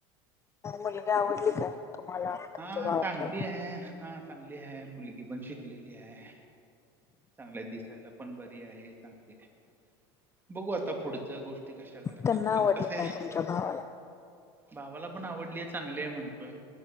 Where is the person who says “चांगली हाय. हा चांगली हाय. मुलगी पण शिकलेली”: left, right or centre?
Right